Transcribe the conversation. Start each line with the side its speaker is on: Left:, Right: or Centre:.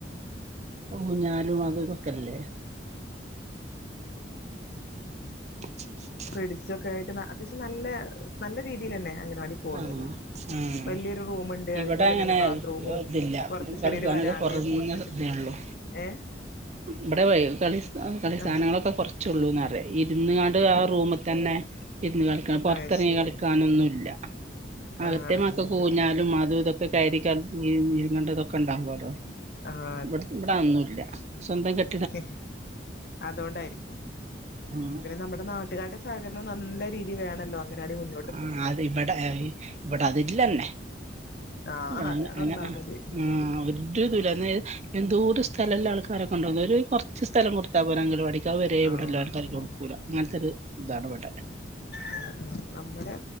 Right: ഊഞ്ഞാലും അതുതൊക്കെല്ലെ <inaudible>
Left: ഫ്രിഡ്‌ജൊക്കെ ആയിട്ട് അത്യാവശ്യം നല്ലേ നല്ല രീതീലെന്നെ അങ്ങനവാടി പോകുന്നത്
Right: ആഹ് ആഹ്
Left: വലിയൊരു റൂമുണ്ട്
Right: ഇവിടെ
Left: അതിൻ്റെ ഉള്ളിലെന്നെ
Right: അങ്ങനെ
Left: ബാത്റൂമും
Right: ഇതില്ല
Left: പൊറത്ത്
Right: കളിസാനൊക്കെ
Left: ചെറിയൊരു വരാന്തിയൊക്കെ
Right: കുറഞ്ഞ
Left: കൊടുത്ത്ട്ട്ണ്ട്
Right: ഇതേ ഉള്ളൂ
Left: ഏഹ്
Right: ഇവിടെ കളിസ് കളി
Left: ആഹ്
Right: സാനങ്ങളൊക്കെ കൊറച്ചൊള്ളൂന്ന്റ ഇരുന്ന് കാണ്ട് ഇത് ആഹ് റൂമ് തന്നെ ഇര്ന്ന് കളിക്കണം പൊറത്തെറങ്ങി
Left: അത് ശരി
Right: കളിക്കാനൊന്നുംല്ല അകത്ത്
Left: ആഹ്
Right: ഈ
Left: ആഹ്
Right: മക്കക്ക്
Left: ഇവിടെ
Right: ഊഞ്ഞാലും അതൂ ഇതൊക്കെ കയറി കളി നീങ്ങണ്ടതൊക്കെ ഉണ്ടാവോലോ
Left: ആഹ്
Right: ഇവിട് ഇവിടെ അതൊന്നുംല്ല സ്വന്തം കെ
Left: ഉം അതോണ്ടായിരിക്കും
Right: ആഹ്
Left: പിന്നെ നമ്മുടെ നാട്ടുകാരുടെ സഹകരണം നല്ല രീതി വേണല്ലൊ അങ്കനവാടി മുന്നോ
Right: ആഹ് അത് ഇവടെ ഇവടെ അതില്ലെന്നെ
Left: ആഹ്
Right: ഇവട അയ്ന്
Left: അതാണ്
Right: അങ്ങനെ
Left: ഒന്നാമത്
Right: ആഹ് ഒര് എന്തൊരു ദൂരാന്നെയ് എന്തോര് സ്ഥലള്ള ആൾക്കാരൊക്കെണ്ടോന്നൊ ഒരു കൊറച്ച് സ്ഥലം കൊടുത്താ പോരെ അങ്കലാവാടി അത് വരെ
Left: ആഹ്
Right: ഇവിടെ ഇല്ലോൽക്ക് ആരും
Left: അതെ
Right: കൊടുക്കൂല അങ്ങനത്തെ ഒരു ഇതാണ് ഇവടെ
Left: ഉം ഉം നമ്മുടെ